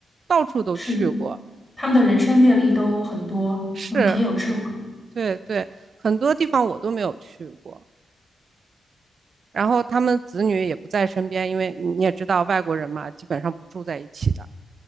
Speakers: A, on the right; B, in the centre.
A: 到处都去过，
B: 是的，他们的人生阅历都很多，
A: 是，
B: 嗯，很有智慧，
A: 对对，很多地方我都没有去过。然后他们子女也不在身边，因为你也知道外国人嘛，基本上不住在一起的，